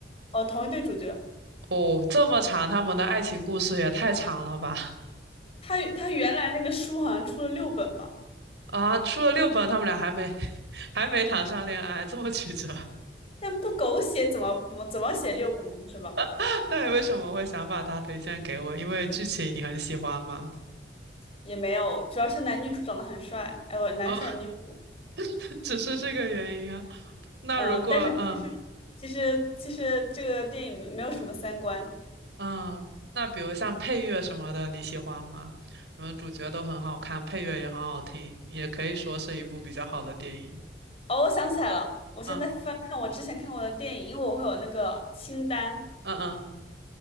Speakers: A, on the left; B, on the right.
A: 哦，同一对主角，
B: 哦，这么长，他们的爱情故事也太长了吧？
A: 他他原来那个书好像出了六本吧，
B: 啊，出了六本，他们俩还没 <laughs> 还没谈上恋爱，这么曲折。
A: 但不狗血怎么怎么怎么写六本呢？是吧？
B: <laughs> 那你为什么会想把它推荐给我？因为剧情你很喜欢吗？
A: 也没有，主要是男女主长得很帅，哎，我男帅女主，
B: 哦，<laughs> 只是这个原因啊。那如果嗯
A: 嗯、但是其实其实其实这个电影没有什么三观。
B: 嗯，那比如像配乐什么的，你喜欢吗？因为主角都很好看，配乐也很好听，也可以说是一部比较好的电影。
A: 哦，我想起来了，我现在翻看我之前看过的电影，
B: 嗯
A: 因为我会有那个清单，
B: 嗯嗯。